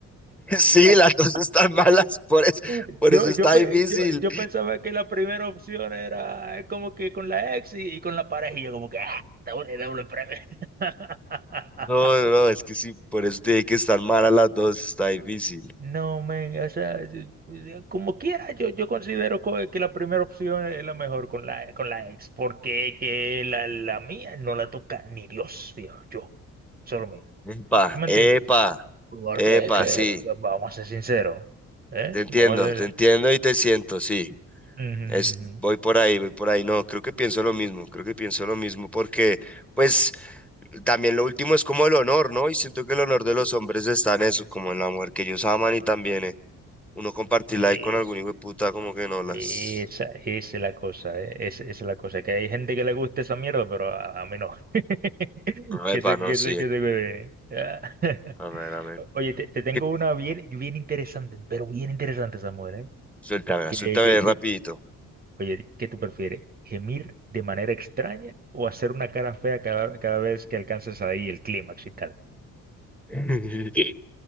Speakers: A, in the centre; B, on the right.
A: Sí,
B: <laughs>
A: las dos están malas, por eso,
B: No.
A: por
B: Yo,
A: eso está
B: yo, pe-
A: difícil.
B: yo, yo pensaba que la primera opción era eh, como que con la ex y, y con la pareja, y yo como que, ah, doble, doble premio. <laughs>
A: No, no, no, es que sí, por eso tiene que estar mal a las dos, está difícil.
B: No, men, o sea, yo- yo- como quiera, yo, yo considero co- que la primera opción es la mejor con la, con la ex, porque que la, la mía no la toca ni Dios, viejo, yo, solo mío.
A: Epa,
B: ¿Me entiendes?
A: epa,
B: Porque
A: epa,
B: que,
A: sí,
B: vamos a ser sinceros, ¿eh?
A: te entiendo,
B: Vamos a ser...
A: te entiendo y te siento, sí.
B: Ujú,
A: Es,
B: ujú.
A: voy por ahí, voy por ahí. No, creo que pienso lo mismo, creo que pienso lo mismo porque, pues, también lo último es como el honor, ¿no? Y siento que el honor de los hombres está en eso, como en la mujer que ellos aman y también eh, uno compartirla
B: Es-
A: ahí con algún hijo de puta, como que no las.
B: esa, esa es la cosa, ¿eh? Es- Esa es la cosa, que hay gente que le gusta esa mierda, pero a, a mí no. <laughs>
A: no,
B: Que
A: Epa,
B: se,
A: no,
B: que
A: sí.
B: se, que
A: eh.
B: se cuide. Ah. <laughs>
A: Amén, amén.
B: Oye, te, te tengo
A: ¿Qué?
B: una bien, bien interesante, pero bien interesante, Samuel, ¿eh?
A: Suéltamela,
B: Que,
A: suéltame
B: que, que,
A: rapidito.
B: oye, ¿qué tú prefieres? ¿Gemir de manera extraña o hacer una cara fea cada, cada vez que alcances ahí el clímax y tal?
A: <laughs>